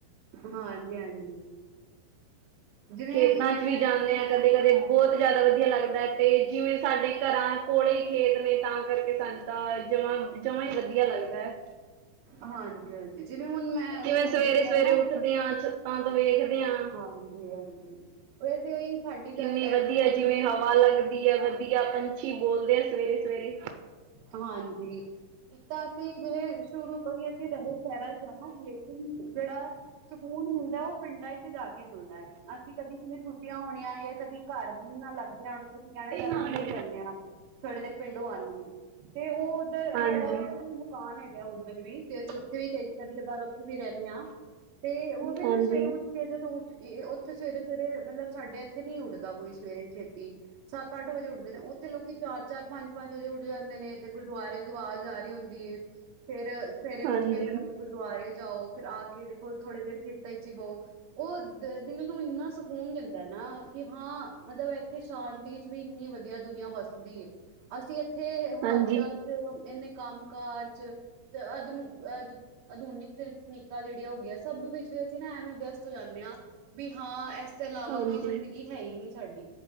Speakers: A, on the right; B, on the right.
A: ਹਾਂਜੀ- ਹਾਂਜੀ ਜਿਵੇਂ
B: ਖੇਤਾਂ
A: ਮੈਂ
B: ਚ ਵੀ ਜਾਂਦੇ ਹਾਂ ਕਦੇ -ਕਦੇ ਬਹੁਤ ਜ਼ਿਆਦਾ ਵਧੀਆ ਲੱਗਦਾ ਹੈ ਤੇ ਜਿਵੇਂ ਸਾਡੇ ਘਰਾਂ ਕੋਲੇ ਹੀ ਖੇਤ ਨੇ ਤਾਂ ਕਰਕੇ ਸਾਨੂੰ ਤਾਂ ਜਮਾਂ -ਜਮਾਂ ਹੀ ਵਧੀਆ ਲੱਗਦਾ ਹੈ
A: ਹਾਂਜੀ -ਹਾਂਜੀ ਜਿਵੇਂ ਹੁਣ ਮੈਂ
B: ਜਿਵੇਂ
A: ਉਹੀ ਕਹਿੰਦੀ
B: ਸਵੇਰੇ-ਸਵੇਰੇ
A: ਸੀ ਨਾ,
B: ਉੱਠਦੇ ਹਾਂ ਛੱਤਾਂ ਤੋਂ ਵੇਖਦੇ ਹਾਂ
A: ਹਾਂਜੀ -ਹਾਂਜੀ <inaudible> ਓਹ ਤੇ ਏਹ ਸਾਡੀ
B: ਕਿੰਨੀ
A: ਗੱਲ ਐ ਗੱਲ।
B: ਜਿਵੇਂ ਹਵਾ ਲੱਗਦੀ ਵਧੀਆ- ਵਧੀਆ ਪੰਛੀ ਬੋਲਦੇ ਆ ਸਵੇਰੇ -ਸਵੇਰੇ
A: ਹਾਂਜੀ ਇੱਕ ਤਾਂ ਅਸੀਂ ਜਿਵੇਂ ਸ਼ੁਰੂ ਤੋਂ ਹੀ ਅਸੀਂ ਰਹੇ ਸ਼ਹਿਰਾਂ ਚ ਰਹੇ ਲੇਕਿਨ ਜਿਹੜਾ ਸੁਕੂਨ ਮਿਲਦਾ ਉਹ ਪਿੰਡਾਂ ਚ ਜਾ ਕੇ ਮਿਲਦਾ ਹੈ ਅਸੀਂ ਕਦੀ ਕਿਵੇਂ ਛੁਟੀਆਂ ਹੋਣੀਆਂ ਹੈ ਕਦੀ ਘਰ ਜੀ ਨਾ ਲੱਗ ਰਿਹਾ ਹੋ ਕਹਿਣਾ ਚਲੋ
B: ਹਾਂਜੀ,
A: ਪਿੰਡ ਜਾਂਦੇ ਆ ਥੋੜੇ ਦੇਰ ਪਿੰਡੋਂ ਆਂਨੇ ਆਂ, ਤੇ ਉਹ ਉੱਧਰ,
B: ਹਾਂਜੀ,
A: ਸਾਡਾ ਉੱਥੇ ਮਕਾਨ ਹੈਗੇ ਆ ਉੱਧਰ ਵੀ, ਤੇ ਅਸੀਂ ਉੱਥੇ ਵੀ ਕਈ ਕਦੀ-ਕਦਾਰ ਉੱਥੇ ਵੀ ਰਹਿੰਨੇ ਹਾਂ। ਤੇ ਓਵੇ
B: ਹਾਂਜੀ,
A: ਨਾ ਸਵੇਰੇ‌ ਉ ਕੇ ਜਦੋਂ ਉੱਠਕੇ, ਉੱਥੇ ਸਵੇਰੇ-ਸਵੇਰੇ ਮਤਲਬ ਸਾਡੇ ਇੱਥੇ ਨੀ ਉੱਠਦਾ ਕੋਈ ਸਵੇਰੇ ਛੇਤੀ ਸੱਤ-ਅੱਠ ਵਜੇ ਉੱਠਦੇ ਨੇ, ਉੱਥੇ ਲੋਕੀ ਚਾਰ-ਚਾਰ ਪੰਜ-ਪੰਜ ਵਜੇ ਉੱਠ ਜਾਂਦੇ ਨੇ, ਤੇ ਗੁਰਦੁਆਰੇ ਦੀ ਆਵਾਜ਼ ਆ ਰਹੀ ਹੁੰਦੀ ਏ, ਫਿਰ ਸਵੇਰੇ
B: ਹਾਂਜੀ।
A: ਉੱਠ ਕੇ ਫਟਾਫਟ ਗੁਰਦੁਆਰੇ ਜਾਓ, ਫਿਰ ਆਕੇ ਦੇਖੋ ਥੋੜੇ ਦੇਰ ਖੇਤਾਂ'ਚ ਹੀ ਬਹੋ ਉਹ, ਦ, ਦਿਲ ਨੂੰ ਇੰਨਾ ਸਕੂਨ ਦਿੰਦਾ ਨਾ, ਕਿ, ਹਾਂ, ਮਤਲਬ ਇੱਥੇ ਸ਼ਾਂ ਤੀ'ਚ ਵੀ ਇੰਨੀ ਵਧੀਆ ਦੁਨੀਆਂ ਵੱਸਦੀ ਏ, ਅਸੀਂ ਇੱਥੇ ਹਲਚਲ
B: ਹਾਂਜੀ,
A: ਤੇ ਇਨੇ ਕੰਮ ਕਾਰ'ਚ, ਅਧਨੁ ਅਦ ਅਧੁਨਿਕ ਤਕਨੀਕਾਂ ਜਿਹੜੀਆਂ ਹੋਗੀਆਂ, ਸਭ ਵਿੱਚ ਵੀ ਅਸੀਂ ਨਾ ਐਵੇਂ ਵਿਅਸਤ ਹੋ ਜਾਂਨੇ ਹਾਂ ਬੀ, ਹਾਂ, ਐਸ ਤੋਂ ਇਲਾਵਾ
B: ਹਾਂਜੀ,
A: ਕੋਈ ਜ਼ਿੰਦਗੀ ਹੈਹੀ ਨਹੀਂ ਸਾਡੀ,